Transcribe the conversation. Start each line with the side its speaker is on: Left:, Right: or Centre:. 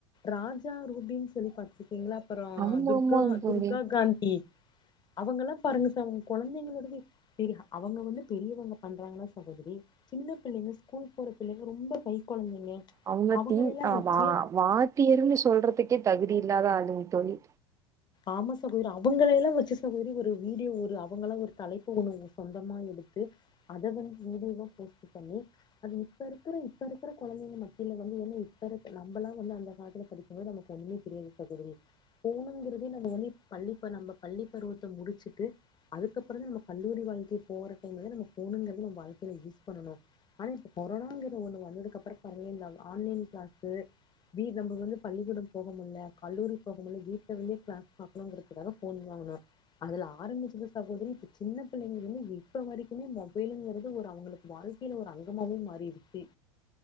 Left: ராஜா ரூபின் சொல்லி பாத்திருக்கீங்ளா அப்பறோ
Right: ஆமாமாங்க
Left: துர்கா
Right: தோழி.
Left: துர்கா காந்தி அவுங்கள்லா பாருங்க சார் அவுங்க கொழந்தைங்களோடவே செரி அவுங்க வந்து பெரியவங்க பண்றாங்னா சகோதிரி சின்ன பிள்ளைங்க ஸ்கூல் போற பிள்ளைங்க ரொம்ப கை கொழந்தைங்க
Right: அவங்க
Left: அவங்கள
Right: தீ
Left: எல்லா
Right: ஆமா
Left: வச்சு
Right: வாத்தியர்ன்னு சொல்றதுக்கே தகுதி இல்லாத அளுங் தோழி
Left: ஆமா சகோதிரி அவங்கள எல்லாம் வச்சு சகோதிரி ஒரு வீடியோ அவங்கள்லா ஒரு தலைப்பு ஒண்ணு சொந்தமா எடுத்து அத வந்து வீடியோ வா போஸ்ட் பண்ணி அது இப்ப இருக்கிற இப்ப இருக்கிற கொழந்தைங்க மத்தியில வந்து ஏன்னா இப்ப இருக் நம்மளா வந்து அந்த காலத்துல படிக் கும் போது நமக்கு ஒண்ணுமே தெரியாது சகோதிரி போணுங்கிற து நம்ம வந்து பள்ளிப்ப நம்ம பள்ளி பருவத்த முடிச்சுட்டு அதுக்கப்பற தா இந்த கல்லூரி வாழ்க்கை போற டைம்ல நம்ம போணுங்கிறது நம்ப வாழ்க்கையில யூஸ் பண்ணணோ ஆனா இப்ப கொரோனாங்கிற ஒண்ணு வந்ததுக்கு அப்பற பாருங்க இந்த ஆன்லைன் கிளாஸ்சு வீ நம்ப வந்து பள்ளிக்கூடம் போகமுல்ல கல்லூரி போகமுல்ல வீட்ல இருந்தே கிளாஸ் பாக்கணுங்கறதுக்காக போன் வாங்குனோ அதுல ஆரம்பிச்சது சகோதிரி இப்ப சின்ன பிள்ளைங்கள இருந்து இப்ப வரைக்குமே மொபைல்ங்கிறது ஒரு அவங்களுக்கு வாழ் கைல ஒரு அங்கமாவே மாறிடுச்சு